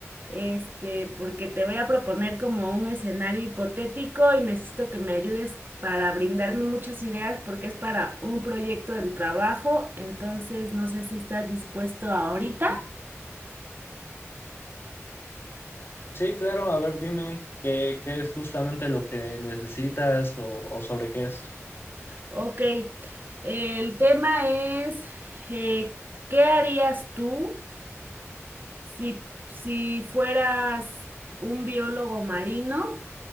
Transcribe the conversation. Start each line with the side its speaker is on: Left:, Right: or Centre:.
Right: este, porque te voy a proponer como un escenario hipotético y necesito que me ayudes para brindarme muchas ideas porque es para un proyecto del trabajo, entonces no sé si estás dispuesto ahorita.
Left: Sí, claro, a ver, dime qué, qué es justamente lo que necesitas o, o sobre qué es.
Right: Ok, el tema es, eh, ¿qué harías tú? Si, si fueras un biólogo marino